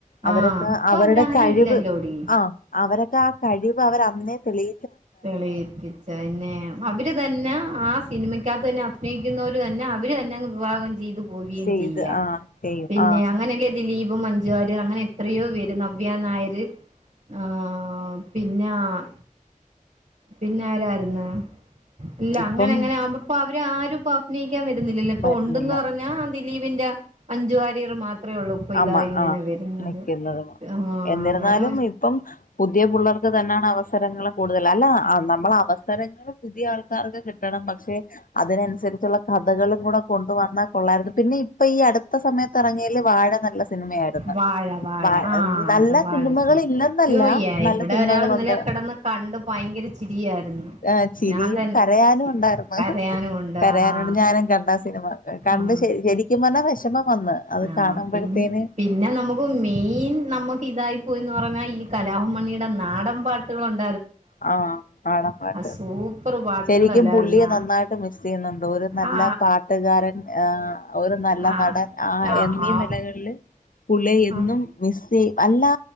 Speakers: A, on the left; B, on the right.
A: അവരൊക്കെ
B: ആഹ് ഇപ്പൊ
A: അവരുടെ
B: അവരാരും
A: കഴിവ്
B: ഇല്ലല്ലോടി
A: ആഹ് അവരെ താ കഴിവ് പ്പവരു അന്നേ തെളി
B: തെളിയിപ്പിച്ചന്നെ അവര് തന്നെ ആ സിനിമക്കാകത്ത് തന്നെ അഭിനയിക്കുന്നവര് തന്നെ അവര് തന്നെ അങ്ങ് വിവാഹം ചെയ്തു പോവുകയും
A: ചെയ്ത്
B: ചെയ്യാ
A: ആ ചെയ്യും
B: പിന്നെ
A: ആ
B: അങ്ങനെല്ലേ ദിലീപും മഞ്ജു വാര്യർ അങ്ങനെ എത്രയോ പേര് വ്യ നായര് ആഹ് പിന്നെ ആഹ് പിന്നെ ആരായിര്ന്ന് ഇല്ല
A: ഇപ്പം
B: അങ്ങനെങ്ങനെ ആവുമ്പോ ഇപ്പം അവരേ ആരും പ്പം അഭിനയി ക്കാ വരുന്നില്ലല്ലോ ഇപ്പം
A: വരുന്നില്ല
B: ഉണ്ടെന്ന് പറഞ്ഞ ദിലീപി ടാ മഞ്ജു വാര്യർ മാത്രേ ഒള്ളൂ ഇപ്പൊ
A: ആമ്മ
B: ഇതായി ഇങ്ങനെ
A: ആഹ്
B: വരുന്നത്
A: നിക്കുന്നത്
B: ആഹ്
A: എന്നിരുന്നാലും
B: അങ്ങനെ
A: ഇപ്പം പുതിയ പുള്ളാർക്ക് തന്നെണ് അവസരങ്ങൾ കൂടുതല് അല്ല നമ്മൾ അവസരങ്ങൾ പുതിയ ആൾക്കാർക്ക് കിട്ടണം പക്ഷെ അതിനനുസരിച്ചുള്ള കഥകളും കൂടെ കൊണ്ടു വന്നാൽ കൊള്ളായിരുന്നു പിന്നെ ഇപ്പൊ ഈ അടുത്ത സമയത്ത് തെഎറങ്ങേലും വാഴ നല്ല സിനിമയായിരുന്നു
B: വാഴ
A: വാഴ
B: ആ
A: നല്ല
B: അത് വാഴ
A: സിനിമകൾ
B: സിനിമ
A: ഇല്ലെന്നല്ല
B: അയ്യോ
A: നല്ല
B: ഇവിടെ
A: സിനിമകളുണ്ട്
B: ഒരാൾ ഇന്നലെ കിടന്ന് കണ്ട് ഭയങ്കര ചിരിയായിരുന്നു
A: അ് ചിരിയും
B: ഞാൻ തന്നെ
A: കരയാനും ഉണ്ടായിരുന്നു
B: കരയാനും ഉണ്ട്
A: കരയാനുണ്ട്
B: ആ
A: ഞാനും കണ്ട ആ സിനിമ കണ്ട്
B: ആ
A: ശരി ശരിക്കും പറഞ്ഞാ വെഷമം വന്ന് അത്
B: ആ
A: കാണുമ്പോഴത്തേന്
B: പിന്നെ പിന്നെ നമുക്ക് മെയിൻ നമ്മുക്ക് ഇതായി പോയിന്ന് പറഞ്ഞാ ഈ കല കലാഭവൻ മണിയുടെ നാടൻ പാട്ടുകളുണ്ട്
A: ആഹ് നാടൻ പാട്ട്
B: സൂപ്പർ പാട്ടുകളല്ലായിരുന്നോ
A: ശരിക്കും പുള്ളിയെ നന്നായിട്ട് മിസ് ചെയ്യുന്നുണ്ട് ഒരു നല്ല
B: ആ
A: പാട്ടുകാരൻ ആ ഒരു നല്ല
B: ആ
A: നടൻ ആഹ്
B: ആ
A: എന്നീ
B: ആ
A: നിലകൾല് പുള്ളിയെ എന്നും
B: ആ
A: മിസ് ചെയ് അല്ലാ